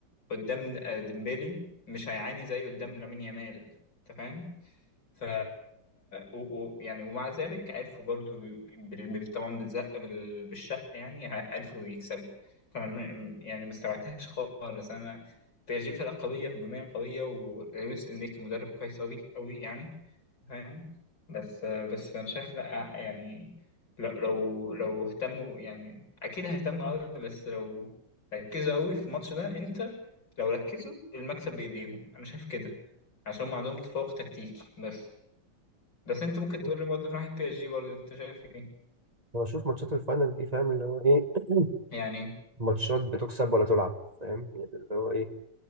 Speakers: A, on the left; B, on the right.
A: قدام آه، ديمبلي مش هيعاني زي قدام لامين يامال انت فاهم ف و... و... يعني ومع ذلك عرفوا برضو بال... بال... طبعا بالزق بال... بالشق يعني ع- عرفوا يكسبوا فانا م- يعني ما استبعدتهاش خالص انا بي اس جي فرقه قويه هجوميه قويه ولويس انريكي مدرب كويس قوي قوي يعني فاهم بس بس انا شايف لا يعني لو لو لو اهتموا يعني اكيد هيهتموا قوي بس لو ركزوا قوي في الماتش ده انتر لو ركزوا المكسب بايديهم انا شايف كده عشان هم عندهم تفوق تكتيكي بس بس انت ممكن
B: قول.
A: تقول لي برضه في ناحية بي اس جي برضه انت شايف ايه
B: هو شوف ماتشات الفاينل دي فاهم اللي هو ايه <clears throat>
A: يعني
B: ماتشات بتكسب ولا تلعب فاهم يعني اللي هو ايه